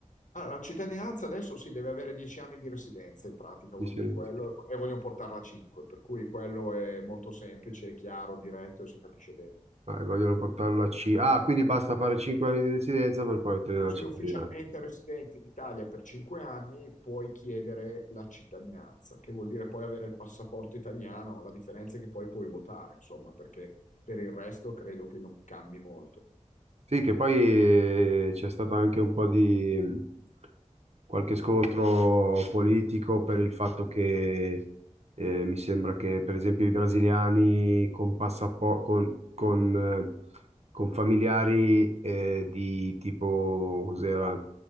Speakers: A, on the left; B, on the right.
A: Ah, la cittadinanza adesso si deve avere dieci anni di residenza in pratica,
B: Dice,
A: vuol dire quello, e vogliono portarla a cinque, per cui quello è molto semplice, è chiaro, diretto e si capisce bene.
B: ah, e vogliono portarlo a C. Ah, quindi basta fare 5 anni di residenza per poi ottenere
A: tu
B: la
A: sei
B: cittadinanza.
A: ufficialmente residente in Italia per cinque anni, puoi chiedere la cittadinanza, che vuol dire poi avere il passaporto italiano, la differenza è che poi puoi votare, insomma, perché per il resto credo che non cambi molto.
B: Sì, che poi eh, c'è stato anche un po' di mh, qualche scontro politico per il fatto che eh, mi sembra che per esempio i brasiliani con, passapo- con, con, eh, con familiari eh, di tipo, cos'era?